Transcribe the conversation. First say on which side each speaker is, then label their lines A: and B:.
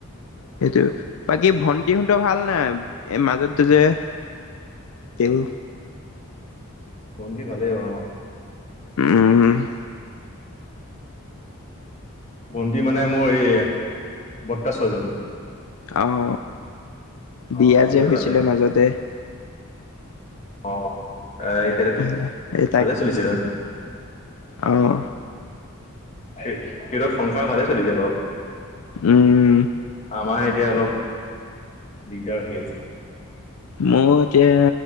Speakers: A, on the left (about 80°); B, on the left (about 35°).
A: সেইটো বাকী ভন্টিহত ভাল নাই মাজতো যে। তেওঁ।
B: ভণ্টি ভালে অ'।
A: উম হ।
B: ভন্তি মানে মোৰ এই বট্টা ছোৱালীজনী?
A: অহ, বিয়া
B: অ ভালেই
A: যে হৈছিলে
B: ভালেই
A: মাজতে।
B: অ', আইতাৰো
A: সেই
B: ভালে চলিছিল আও।
A: আও।
B: এই, ইহঁতৰ সংসাৰ ভালেই চলিছে বাও।
A: উম,
B: আমাৰ এতিয়া অলপ দিগদাৰ হৈ আছে।
A: মই এতিয়া